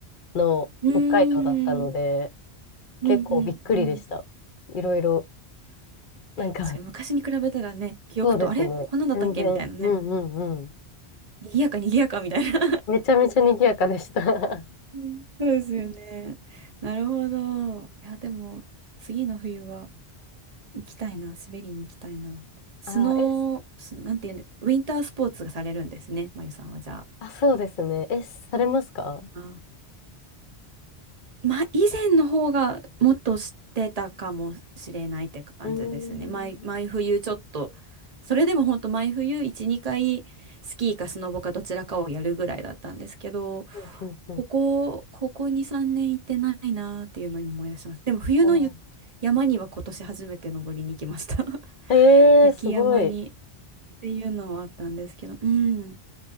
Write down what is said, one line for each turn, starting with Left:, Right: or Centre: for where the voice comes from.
Left: の北海道だったので、
Right: うーん。うんうんうん。
Left: 結構びっくりでした。いろいろ、なんか、
Right: 確かに昔に比べたらね、
Left: <laughs>
Right: 記憶と、
Left: そうですね。
Right: あれこんなんだったっけみたいなね。
Left: 全然、うんうんうん。
Right: 賑やか賑やかみたいな
Left: めちゃめちゃ賑やかでした。
Right: うん <laughs> そうですよね。なるほど。いや、でも、次の冬は、行きたいな、滑りに行きたいな。スノー、
Left: <laughs> あ、え、
Right: スなんていうんで、ウィンタースポーツがされるんですね、まゆさんはじゃあ。
Left: あ、そうですね。え、されますか
Right: あまあ、以前の方がもっと知ってたかもしれないって感じですね。
Left: うーん。
Right: 毎、毎冬ちょっと、それでも本当毎冬1、2回スキーかスノボかどちらかをやるぐらいだったんですけど、
Left: うんうんうん。
Right: ここ、ここ2、3年行ってないなーっていうのを今思い出しました。でも冬のゆ山には今年初めて登りに行きました。
Left: あ
Right: <laughs>
Left: えー、
Right: 雪山に
Left: すごい。
Right: っていうのはあったんですけど、うん、